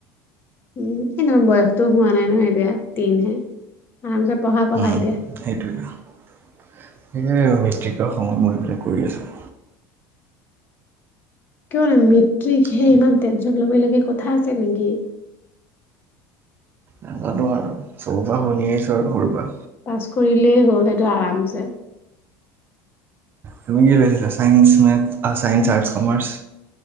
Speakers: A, on the left; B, on the right.
A: উম ইমান বয়সতো হোৱা নাই নহয় এতিয়া তিনহে আৰামছে পঢ়া, পঢ়া
B: উম
A: এতিয়া।
B: সেইটোৱে এই মেট্ৰিকৰ সময় মই এইবিলাক কৰি আছোঁ।
A: কিয়নো মেট্ৰিকহে
B: কি
A: ইমান
B: ক'বা
A: টেনশ্যন ল'ব লাগে কথা আছে নেকি।
B: নাজানোঁ আৰু চবৰ পৰা শুনিয়ে আহিছোঁ আৰু সৰুৰ পৰা।
A: পাছ কৰিলেই হ'ল সেইটো আৰামছে।
B: তুমি কি লৈছা science, maths, arts, commerce.